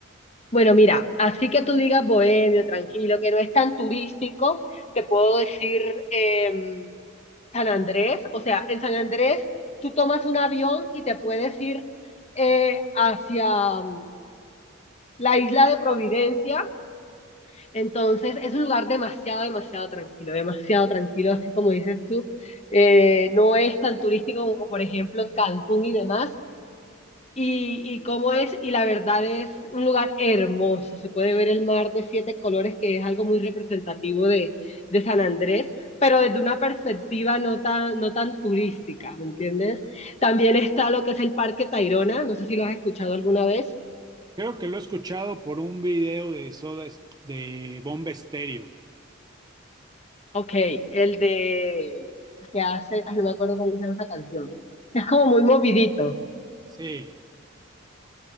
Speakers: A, on the left; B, on the right.
A: Bueno, mira, así que tú digas bohemio, tranquilo, que no es tan turístico, te puedo decir eh, San Andrés. O sea, en San Andrés tú tomas un avión y te puedes ir eh, hacia mm, la isla de Providencia. Entonces es un lugar demasiado, demasiado tranquilo, demasiado tranquilo, así como dices tú. Eh, no es tan turístico como, por ejemplo, Cancún y demás, y, y cómo es, y la verdad es un lugar hermoso, se puede ver el mar de siete colores, que es algo muy representativo de, de San Andrés, pero desde una perspectiva no tan, no tan turística, ¿me entiendes? También está lo que es el Parque Tayrona, no sé si lo has escuchado alguna vez.
B: Creo que lo he escuchado por un video de Soda de Bomba Estéreo.
A: Ok, el de... que hace, ay, no me acuerdo cómo se llama esa canción, es como muy movidito.
B: Sí.